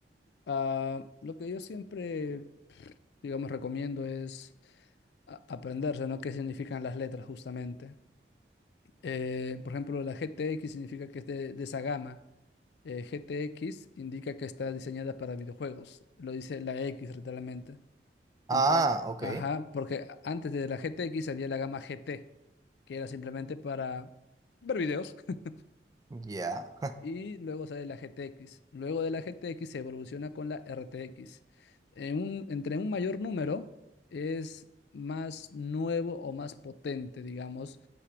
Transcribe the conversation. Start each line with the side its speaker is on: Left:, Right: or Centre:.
Left: Ah, lo que yo siempre, digamos, recomiendo es a- aprenderse, ¿no? ¿Qué significan las letras justamente? Eh, por ejemplo, la GTX significa que es de, de esa gama. Eh, GTX indica que está diseñada para videojuegos. Lo dice la X literalmente.
Right: Ah,
Left: Entonces,
Right: ok.
Left: ajá, porque a- antes de la GTX había la gama GT que era simplemente para ver videos. <laughs>
Right: Ya,
Left: Y luego sale la GTX. Luego de la GTX se evoluciona con la RTX. En un- entre un mayor número es más nuevo o más potente, digamos,